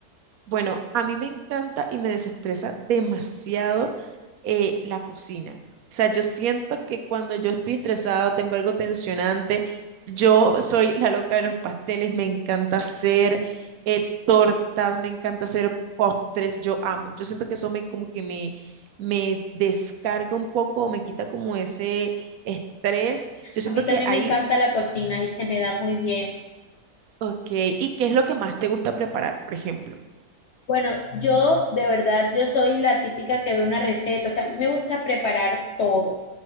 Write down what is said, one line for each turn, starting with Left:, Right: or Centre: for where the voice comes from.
Right: Bueno, a mí me encanta y me desestresa demasiado eh, la cocina. O sea, yo siento que cuando yo estoy estresado, tengo algo tensionante, yo soy la loca de los pasteles, me encanta hacer eh, tortas, me encanta hacer postres, yo amo. Yo siento que eso me como que me, me descarga un poco, me quita como ese estrés. Yo siento
Left: A mí
Right: que
Left: también
Right: ahí
Left: me encanta la cocina y se me da muy bien.
Right: Ok, ¿y qué es lo que más te gusta preparar, por ejemplo?
Left: Bueno, yo de verdad, yo soy la típica que ve una receta, o sea, me gusta preparar todo.